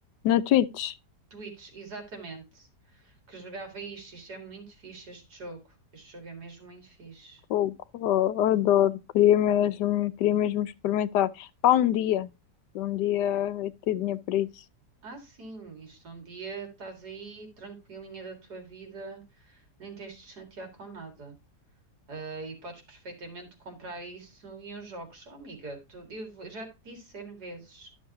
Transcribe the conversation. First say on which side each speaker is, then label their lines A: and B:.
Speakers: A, on the left; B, on the right.
A: Na Twitch,
B: Twitch, exatamente. Que jogava isto. Isto é muito fixe, este jogo. Este jogo é mesmo muito fixe.
A: fogo, oh, adoro, queria mesmo, queria mesmo experimentar. Pá, um dia, um dia eu ter dinheiro para isso.
B: Ah, sim, isto um dia estás aí tranquilinha da tua vida, nem tens de te chatear com nada. Ah, e podes perfeitamente comprar isso em uns jogos. Oh, amiga, tu, eu já te disse N vezes.